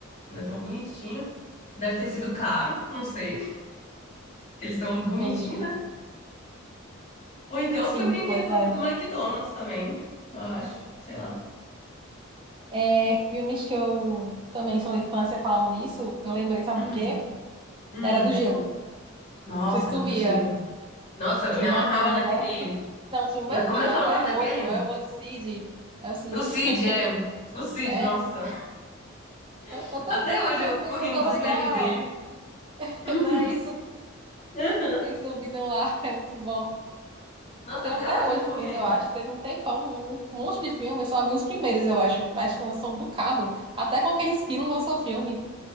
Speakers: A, on the left; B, on the right.
A: ainda tão bonitinho. Deve ter sido caro, não sei, que eles estão
B: Entendi.
A: bonitinhos, né? Ou então
B: Sim,
A: foi brinquedo
B: pois
A: do,
B: é.
A: do McDonald's também, eu acho, sei lá.
B: É, filmes que eu também sou da infância falando nisso, eu lembrei, sabe
A: Uhum.
B: de quê?
A: Hum.
B: Era do Gelo.
A: Nossa,
B: Não sei se tu
A: era do
B: via.
A: gelo. Nossa, eu
B: Timão
A: me amarrava
B: e Pumba.
A: naquele
B: Não, Timão
A: Na-
B: e Pumba
A: Como é
B: não,
A: que é o nome
B: é
A: daquele?
B: outro, é o outro Cid. É o Cid.
A: O Cid,
B: <laughs>
A: é. O Cid,
B: É,
A: nossa. <laughs>
B: eu também,
A: Até hoje
B: eu também,
A: eu fico rindo
B: eu tô
A: dos
B: legal.
A: memes dele.
B: <laughs>
A: Uhum.
B: Não, isso,
A: <laughs> Aham.
B: isso do Vini lá é muito bom.
A: Nossa,
B: Tem
A: até
B: até
A: hoje
B: hoje
A: eu fico
B: filme,
A: rindo.
B: eu acho. Teve um tempão, um monte de filme. Eu só vi os primeiros, eu acho. Mas lançou um bocado. Até com aquele esquilo lançou filme.